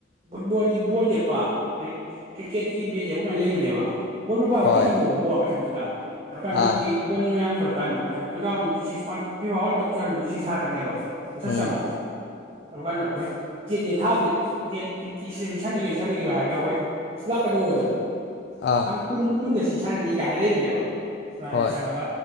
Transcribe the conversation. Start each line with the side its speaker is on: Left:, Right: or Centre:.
Right: ꯐꯨꯠꯕꯣꯜꯒꯤ ꯕꯣꯜ ꯌꯦꯛꯄ ꯑ ꯀ꯭ꯔꯤꯛꯀꯦꯠꯀꯤ ꯕꯦꯠ ꯌꯦꯛꯄ ꯃꯥꯏꯅ ꯂꯩꯕꯅꯦꯕ ꯃꯣꯏ꯭ꯔꯕꯕꯥ
Left: ꯍꯣꯏ
Right: ꯀꯠ ꯅꯪꯃꯕꯣ ꯃꯊꯛ ꯇꯗ ꯔꯅ
Left: ꯑꯥ
Right: ꯍꯣꯏꯛ ꯣꯅꯤ ꯃꯌꯥꯝ ꯐꯔꯛ ꯊ ꯇꯨ ꯊꯥꯎꯋꯦꯟꯤꯤꯔꯜ ꯀꯞ ꯇꯨ ꯊ ꯇ꯭ꯋꯦꯟꯤ ꯁꯤꯁ ꯊꯥꯀꯅꯦꯕ ꯑꯁꯥ
Left: ꯎꯝ
Right: ꯆꯪꯉꯣ ꯑꯗꯨ ꯀꯥꯟꯗ ꯑꯩꯈꯣꯏ ꯗꯦꯠ ꯗꯦꯠ ꯊꯥꯕꯅꯦ ꯗꯦꯠ ꯇ꯭ꯋꯦꯟꯇꯤ ꯁꯥꯟꯈꯤꯕ ꯁꯥꯟꯅꯈꯤꯕ ꯍꯥꯏꯔꯒ ꯑꯩꯈꯣꯏ ꯁꯤ ꯂꯥꯛꯀꯗꯧꯕꯗꯣ
Left: ꯑꯥ
Right: ꯁꯥꯡ ꯀ ꯀꯟꯗꯁ ꯥꯅꯅꯤꯒ ꯍꯥꯏꯔ ꯂꯩꯕꯅꯦꯕ ꯔꯖ
Left: ꯍꯣꯏ
Right: ꯆꯉꯒ